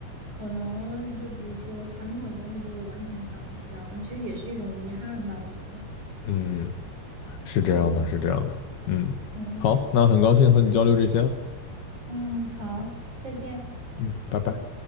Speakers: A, on the right; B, on the left.
A: 可能就比如说传统的东西就会完全消失掉了，其实也是一种遗憾吧，我觉得，
B: 嗯，是这样的，
A: 嗯
B: 是这样的。嗯，
A: 嗯
B: 好，那很高兴和你交流这些了。
A: 嗯，好，再见。
B: 嗯，拜拜。